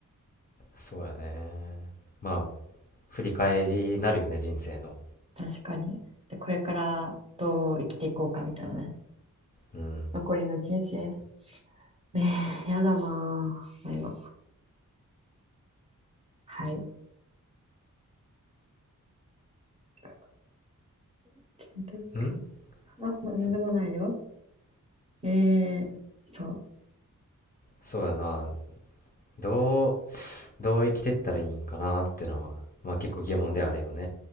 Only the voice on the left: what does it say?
そうやねまあ振り返りになるよね人生の
うん
うん
そ
そうやなどうどう生きてったらいいんかなってのはまあ結構疑問ではあるよね